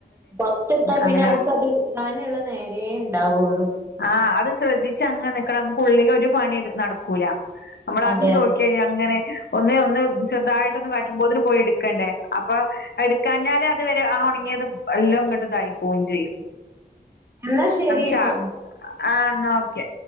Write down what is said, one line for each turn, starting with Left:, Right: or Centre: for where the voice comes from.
Right: പുറത്ത് ഇട്ടാ
Left: അങ്ങനെ
Right: പിന്നെ നമുക്ക് അത് എടുക്കാനുള്ള നേരേ ഉണ്ടാവുള്ളു.
Left: ആഹ് അത് ശ്രദ്ധിച്ച് അങ്ങ നിക്കണം നമുക്ക് ഉള്ളിൽ ഒരു പണി നടക്കൂല. നമ്മള
Right: അതെ
Left: അത് നോക്കി
Right: അതെ
Left: കഴിഞ്ഞ അങ്ങനെ ഒന്ന് ഒന്ന് ചെറുതായിട്ടൊന്ന് പാറ്റും പോത്തിന് പോയി എടുക്കണ്ടേ അപ്പൊ എടുക്കാഞ്ഞാല് അതുവരെ ആ ഉണങ്ങിയത് എല്ലാം അങ്ങോട്ട് ഇതായി പോവും ചെയ്യും.
Right: എന്നാ ശരി
Left: ചാ
Right: ട്ടോ
Left: ആഹ് എന്നാ ഓക്കെ.